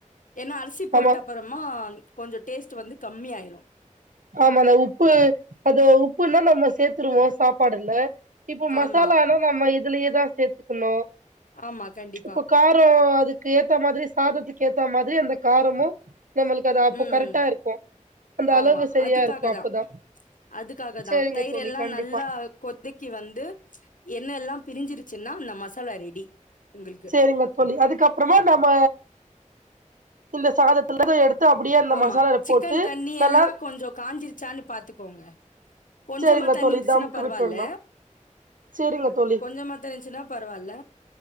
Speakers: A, on the left (about 80°); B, on the right (about 80°).
A: ஏன்னா அரிசி போட்ட
B: ஆமா
A: அப்பறமா கொஞ்சோ டேஸ்ட் வந்து கம்மி ஆயிரு
B: ஆமா ந உப்பு அது உப்புன்னா நம்ம சேத்தருவோ சாப்பாடுல இப்ப மசாலானா
A: ஆமா
B: நம்ம இதுலயேதா சேத்துக்கணு
A: ஆமா கண்டிப்பா
B: இப்ப கா ரோ அதுக்கு ஏத்த மாதிரி சாதத்துக்கு ஏத்த மாரி அந்த காரமும் நம்மளுக்கு அது அப்போ
A: ம்
B: கரெக்டா இருக்கும் அந்த அளவு
A: ஆமா
B: சரியா
A: அதுக்காக
B: இருக்கு அப்பதா
A: தா அதுக்காக
B: சேரிங்க
A: தா தயர்
B: தோழி
A: எல்லா
B: கண்டிப்பா
A: நல்லா கொத் வதக்கி வந்து எண்ண எல்லாம் பிரிஞ்சிருச்சுன்னா அந்த மசாலா ரெடி உங்களுக்கு
B: செரிங்க தோழி அதுக்கப்பறமா நம்ம இந்த சாதத்துல இருந்து எடுத்து அப்டியே அந்த
A: ஆமா
B: மசாலால
A: சிக்கன்
B: போட்டு
A: தண்ணி
B: நல்லா
A: எல்லா கொஞ்சோ காஞ்சிருச்சான்னு பாத்துக்கோங்க கொஞ்சமா
B: சேரிங்க
A: தண்ணி
B: தோழி
A: இருந்துச்சுன்னா
B: தம்க்கு
A: பரவால்ல
B: விட்டுட்ணு சேரிங்க தோழி
A: கொஞ்சமா தண்ணி இருச்சுன்னா பரவால்ல